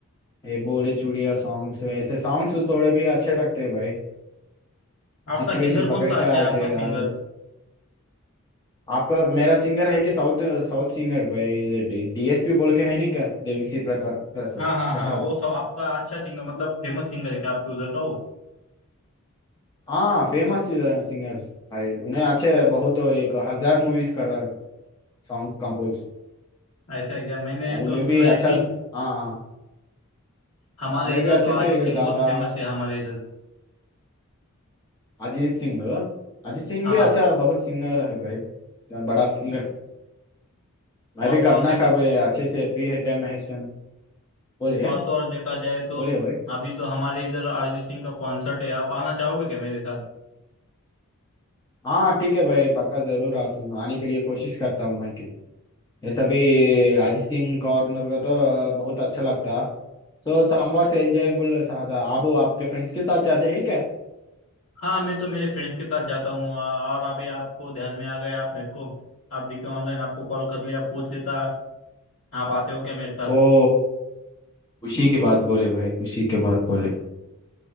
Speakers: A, on the left; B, on the left.
A: ये बोले चूड़िया सॉन्ग्स ऐसे सॉन्ग्स थोड़े भी अच्छे लगते हैं भाई
B: आपका
A: सिचुएशन
B: सिंगर
A: पकड़
B: कौन सा
A: के
B: अच्छा
A: आके
B: है आपका सिंगर
A: आते हैं। आपका मेरा सिंगर है कि साउथ साउथ सिंगर भाई डीएसपी बोल के है नहीं क्या देवीसी प्रका प्रसाद
B: हाँ हाँ
A: प्रसाद
B: हाँ वो सब आपका अच्छा सिंगर मतलब फेमस सिंगर है क्या आपके उधर का वो
A: हाँ फेमस सिंगर भाई उन्हें अच्छे बहुत एक हजार मूवीज कर रहा है सॉन्ग कंपोज
B: ऐसा है क्या मैंने
A: उन्हें
B: तो सुना
A: भी
B: है
A: अच्छा
B: कि
A: हाँ
B: हमारे
A: उन्हें
B: इधर
A: भी अच्छे
B: तो अरिजीत
A: से
B: सिंह
A: गाता
B: बहुत फेमस है हमारे इधर
A: अजीत सिंह अजीत सिंह
B: हाँ
A: भी अच्छा बहुत सिंगर है भाई बड़ा सिंगर मैं
B: और
A: भी
B: तो
A: कब
B: और
A: ना
B: देखा
A: कब अच्छे से फ्री है टाइम है इस टाइम बोलिए
B: और तो और देखा जाए तो
A: बोलिए भाई
B: अभी तो हमारे इधर अरिजीत सिंह का कॉन्सर्ट है आप आना चाहोगे क्या मेरे साथ
A: हाँ ठीक है भाई पक्का जरूर आता हूँ आने के लिए कोशिश करता हूँ मैं कि ये सभी अजीत सिंह कॉर्नर का तो बहुत अच्छा लगता सो समवार से एंजॉयबल रहा था आप आपके फ्रेंड्स के साथ जाते हैं क्या
B: हाँ मैं तो मेरे फ्रेंड्स के साथ जाता हूँ आ- और अभी आपको ध्यान में आ गया आप मेरे को आप दिखे ऑनलाइन आपको कॉल कर लिया पूछ लेता आप आते हो क्या मेरे साथ
A: ओ खुशी की बात बोले भाई खुशी की बात बोले